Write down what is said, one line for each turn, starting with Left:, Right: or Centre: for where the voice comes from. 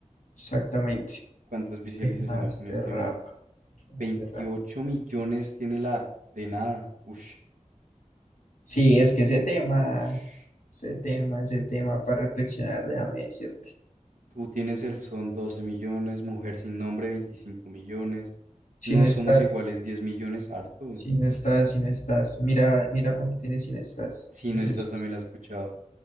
Left: Exactamente.
Right: ¿Cuántas visualizaciones
Left: ¿Qué más
Right: tiene
Left: de
Right: este
Left: rap?
Right: man?
Left: ¿Qué
Right: 28
Left: más de rap?
Right: millones tiene la de nada. Ush,
Left: Sí, es que ese tema,
Right: ush.
Left: ese tema, ese tema para reflexionar, déjame decirte.
Right: Tú tienes el son doce millones, mujer sin nombre 25 millones.
Left: Si
Right: No
Left: no estás,
Right: somos iguales 10 millones, harto.
Left: si no estás, si no estás, mira, mira cuánto tienes si no estás,
Right: Si
Left: que
Right: no
Left: sí
Right: estás,
Left: es,
Right: también la he escuchado.